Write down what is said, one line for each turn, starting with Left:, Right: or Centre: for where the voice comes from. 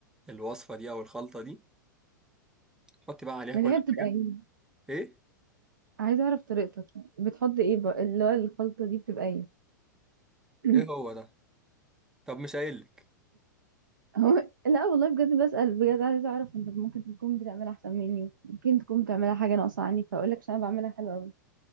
Centre: الوصفه دي او الخلطه دي حطي بقى عليها
Right: اللي
Centre: كل
Right: هي بتبقى
Centre: حاجه
Right: ايه
Centre: ايه
Right: عايزه اعرف طريقتك بتحط ايه بقى اللي هو الخلطه دي بتبقى ايه <clears throat>
Centre: ايه هو ده طب مش قايل لك
Right: هو لا والله بجد بسأل بجد عايزه اعرف انت ممكن تكون بتعملها احسن مني ممكن تكون بتعملها حاجه ناقصه عني فاقول لك عشان انا بعملها حلوه قوي